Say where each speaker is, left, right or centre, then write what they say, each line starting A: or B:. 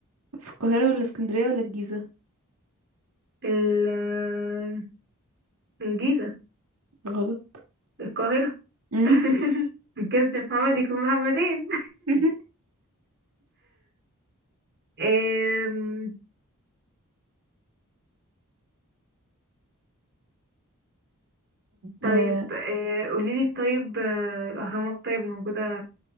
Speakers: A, on the right; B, on the right.
A: في القاهرة ولا اسكندرية ولا الجيزة؟
B: ال آه، الجيزة
A: غلط
B: القاهرة
A: مم.
B: <laughs> ما كانش محمد يكون محمدين
A: <laughs>
B: أم، طيب
A: آه،
B: أه، قوليلي طيب أه، الأهرامات طيب موجودة